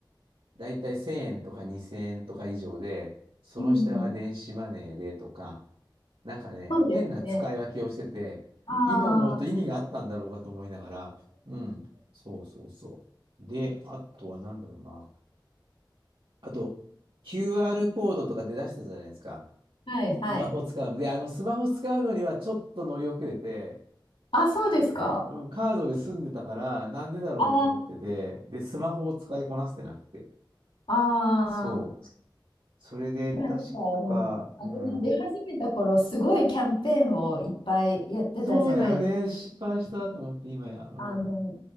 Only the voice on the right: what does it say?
だいたい1000円とか2000円とか以上で、その下が電子マネーでとか、
なんかね、
変な使い分けをしてて、
今思うと意味があったんだろうかと思いながら、うん、そうそうそう。で、あとは何だろうな。あと、QR コードとか出だしたじゃないですか。
スマホ使うの。で、あの、スマホ使うのにはちょっと乗り遅れて、
うん、カードで済んでたから、なんでだろうと思ってて、
で、スマホを使いこなせてなくて。
そう。それで、
確か、
うん。
そうだよね。失敗したと思って、今や。うん。